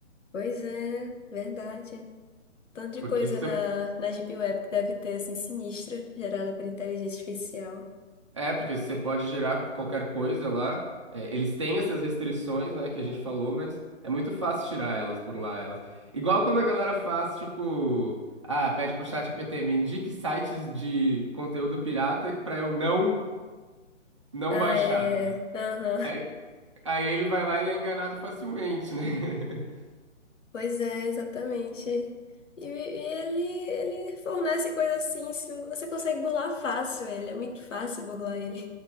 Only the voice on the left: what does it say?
Pois é, verdade. Tanto de
coisa
na, na Deep Web que deve ter, assim, sinistra, gerada por inteligência artificial.
Ah,
é. Aham.
Pois é, exatamente. E, e ele, ele fornece coisa assim, se você consegue burlar fácil ele, é muito fácil burlar ele,